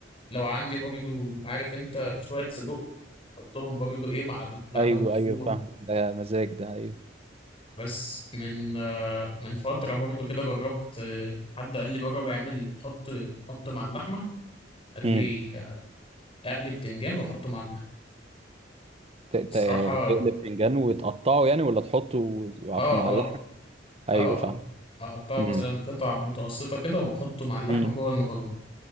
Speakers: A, on the left; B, on the right.
A: لو عندي برضو عارف انت شوية سجق حطهم برضو ايه مع اللحمة
B: ايوه
A: المفرومة
B: ايوه فاهم ده مزاج ده ايوه
A: بس من آه من فترة برضو كده جربت آه حد قال لي جرب اعمل حط حط مع اللحمة قال
B: امم
A: لي آه، اقلي بتنجان واحطه مع اللحمة
B: ت- ت-
A: بصراحة
B: تقلب باذنجان وتقطعه يعني ولا تحطه
A: اه
B: مع
A: اه
B: اللحم ايوه
A: اه
B: فاهم
A: اه اقطعه
B: امم
A: مثلا قطع متوسطة كده واحطه مع اللحمة
B: امم
A: جوه المكرونة